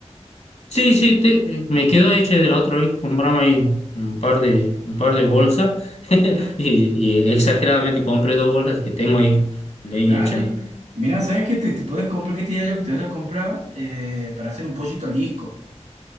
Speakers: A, on the left; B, on the right.
A: Sí, sí, te- me quedo hecho de la otra vez que compramos ahí un par de, un par de bolsas. <laughs>
B: Ujú.
A: Y, y exageradamente compré dos bolsas que tengo ahí leña,
B: Dale.
A: che.
B: Mirá, ¿sabés qué te, te podés comprar? ¿Qué te diría yo que te voy a comprar eh, para hacer un pollito al disco?